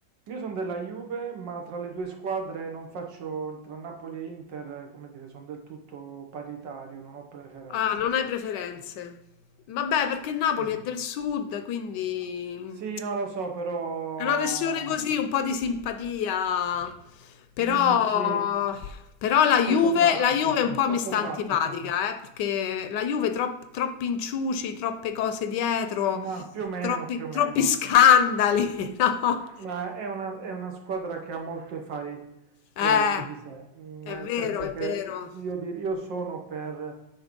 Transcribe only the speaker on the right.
Io sono della Juve, ma tra le due squadre non faccio, tra Napoli e Inter, come dire, sono del tutto paritario, non ho preferenze.
Sì,
sì, no, lo so, però...
mm, sì,
troppo traffico,
troppo
traffico.
Ma più o meno,
più o meno.
Ma è una, è una squadra che ha molto i fari
eh, su di sé, mh,
nel
senso
che
io, dir- io sono per,